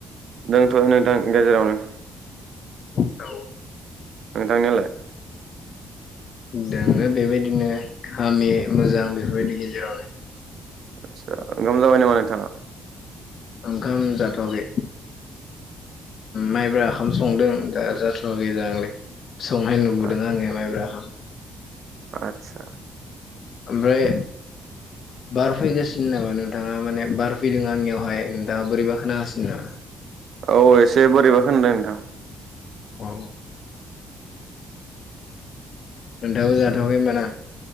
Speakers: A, on the right; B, on the left.
A: दंथ'यो नोंथां गेजेरावनो,
B: औ
A: नोंथांनियालाय?
B: दोङो बेबायदिनो खामि मोजां बेफोरबायदि गेजेरावनो,
A: आदसा ओंखाम जाबाय नामा नोंथाङा?
B: ओंखाम जाथ'वाखै माइब्रा ओंखाम, संदों दा जाथ'वाखै आलाय संहैनो नुबोदों
A: आदसा
B: आङो माइब्राखाम,
A: आदसा
B: ओमफ्राय बारफैगासिनो नामा? नोंथाङा माने बारफैदों आंनियावहाय नोंथाङा बोरैबा खोनागासि ना
A: औ एसे बोरैबा खोनादों नोंथां,
B: अ, नोंथाङाबो जाथ'वाखै ओमबा ना?